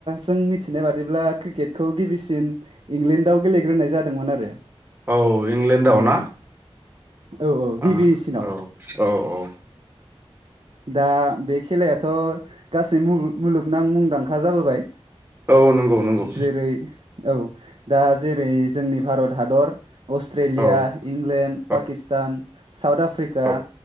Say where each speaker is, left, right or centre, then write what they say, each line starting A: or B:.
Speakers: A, on the right; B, on the right.
A: जों मिथिनाय बादिब्ला क्रिकेट खौ गिबिसिन इंलेण्डआव गेलेग्रोनाय जादोंमोन आरो
B: औ इंलेण्डआव
A: औ
B: ना?
A: औ औ गिबिसिनाव
B: आ औ औ औ
A: दा बे खेलायाथ' गासै मुलुग मुलुगनां मुंदांखा जाबोबाय
B: औ नंगौ
A: औ
B: नंगौ
A: जेरै औ दा जेरै जोंनि भारत हादर अस्ट्रेलिया
B: औ
A: इंलेण्ड पाकिस्तान
B: औ
A: साउथ आफ्रिका
B: औ